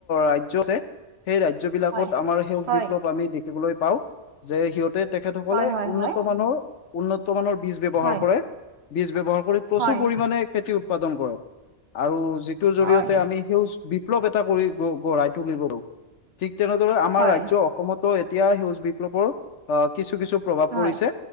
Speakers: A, on the left; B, on the right.
A: ৰাজ্য আছে। সেই ৰাজ্য বিলাকত
B: হয়
A: আমাৰ সেউজ
B: হয়
A: বিপ্লৱ আমি দেখিবলৈ পাওঁ যে সিহঁত তে তেখেতসকলে
B: হয় হয়
A: উন্নত
B: হয়
A: মানৰ উন্নত মানৰ বীজ ব্যৱহাৰ
B: হয়
A: কৰে বীজ ব্যৱহাৰ প্ৰচুৰ
B: হয়
A: পৰিমাণে খেতি উৎপাদন কৰে আৰু যিটোৰ জৰিয়তে
B: হয়
A: আমি স লৱ এটা কৰি গঢ়াই তুলিব ঠিক তেনেদৰে আমাৰ
B: হয়
A: ৰাজ্য অসমতো এতিয়া সেউজ বিপ্লৱৰ আহ কিছু কিছু প্ৰভাৱ
B: হয়
A: পৰিছে।